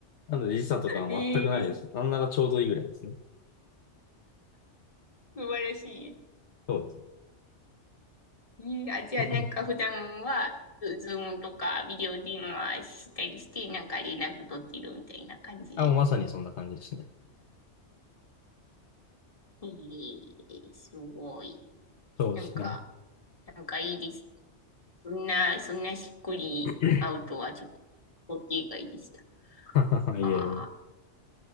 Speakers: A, on the left; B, on the left.
A: なので時差とかは全くないです。
B: <laughs> ええ
A: なんならちょうどいいぐらいですね。
B: 素晴らしい。
A: そうですね。
B: ええあ、じゃあなんか普段は、
A: うんうん
B: ズズームとかビデオ電話したりして、なんか連絡取ってるみたいな感じで。
A: あ、もうまさにそんな感じですね。
B: ええすごい。
A: そうですね。
B: なんか、なんかいいです。そんな、そんなしっくり会うとはちょっと想定外でした。
A: <laughs> <clears throat> はははいえいえ。
B: ああ。